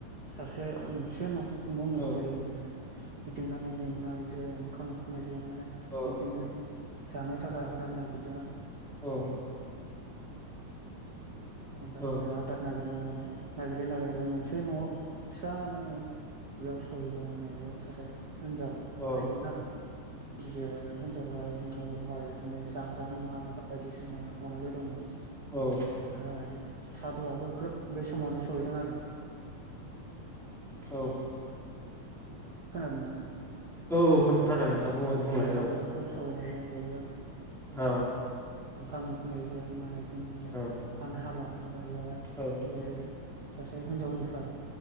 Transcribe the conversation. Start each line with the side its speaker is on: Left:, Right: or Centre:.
Right: सासे मोनसे न' न नुहैबाय
Centre: औ
Right: माने गिदिंनानै मेंनायजों ओंखाम उखैनायजों माने
Centre: औ
Right: बिदिनो जानो थाखाय आदार नागिरदों आरो
Centre: औ
Right: ओमफ्राय
Centre: औ
Right: बे आदार नागिरनायाव माने नागिरै नागिरै मोनसे न' फिसा नो बेयाव सहैबाय माने बेयाव सासे हिनजाव
Centre: औ
Right: थायोमोन आरो बियो न'आवहाय बिदिनो जाग्रा मुवा बायदिसिना बनायबाय दंमोन
Centre: औ
Right: ओमफ्राय सादुआबो ग्रोब बे समावनो सहैदों आरो
Centre: औ
Right: खोनादों ना
Centre: औ खोनादों
Right: ओ माने
Centre: नोंथां बुंलाय
Right: सादुआबो
Centre: औ
Right: ग्रोब सहैनाय जों बेबो
Centre: औ
Right: ओंखाम उखैनायजों मानायजों माने
Centre: औ
Right: थानो हाला बा इयावहाय
Centre: औ
Right: बे सासे हिनजावनिफ्राय